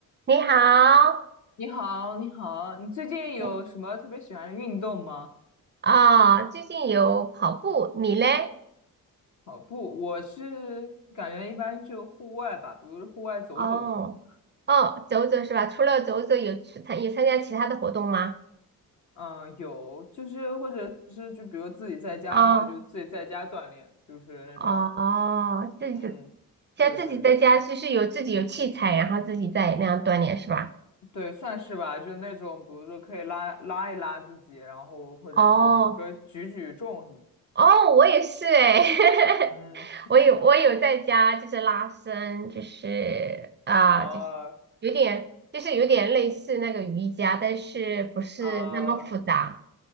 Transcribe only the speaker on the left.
你好，你好，你最近有什么特别喜欢的运动吗？
跑步，我是感觉一般就户外吧，比如户外走走什么的。
嗯，有，就是或者是就比如自己在家的话，
就自己在家锻炼，就是那种，
嗯，
对对
对，算是吧，就那种，比如说可以拉拉一拉自己，然后或者是比如说举举重什么的。
嗯，
<laughs> 哦
哦。